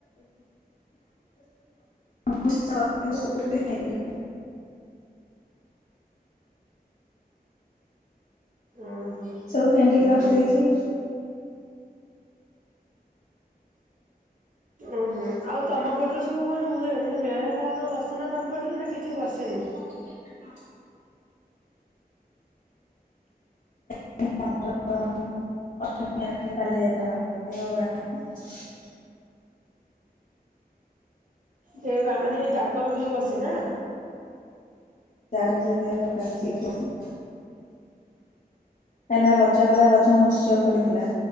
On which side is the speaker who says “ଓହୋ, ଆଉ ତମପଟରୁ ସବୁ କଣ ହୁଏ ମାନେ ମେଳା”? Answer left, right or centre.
Right